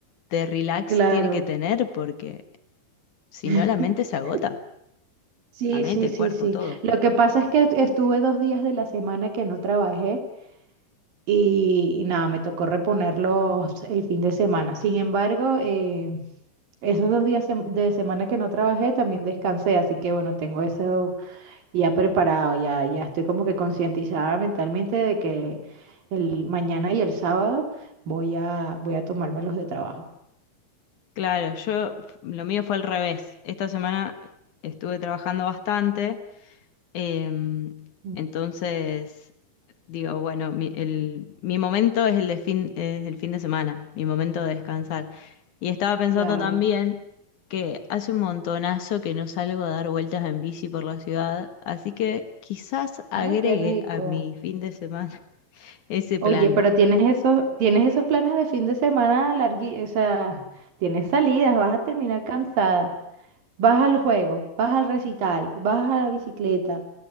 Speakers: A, on the left; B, on the right.
A: de relax
B: Claro.
A: tiene que tener porque si
B: <laughs>
A: no la mente se agota,
B: Sí,
A: la mente,
B: sí,
A: el
B: sí,
A: cuerpo,
B: sí.
A: todo.
B: Lo que pasa es que estuve dos días de la semana que no trabajé y, y nada, me tocó reponerlos el fin de semana. Sin embargo, eh, esos dos días sem- de semana que no trabajé también descansé, así que bueno, tengo eso ya preparado, ya, ya estoy como que concientizada mentalmente de que el mañana y el sábado voy a, voy a tomármelos de trabajo.
A: Claro, yo lo mío fue al revés. Esta semana estuve trabajando bastante. Em,
B: Mm,
A: entonces, digo, bueno, mi, el- mi momento es el de fin, es el fin de semana, mi momento de descansar. Y estaba pensando
B: Claro.
A: también que hace un montonazo que no salgo a dar vueltas en bici por la ciudad, así que quizás agregue
B: Ay, qué rico.
A: a mi fin de semana <laughs> ese plan.
B: Oye, pero tienes esos, tienes esos planes de fin de semana largui, o sea, tienes salidas, vas a terminar cansada. Vas al juego, vas al recital, vas a la bicicleta,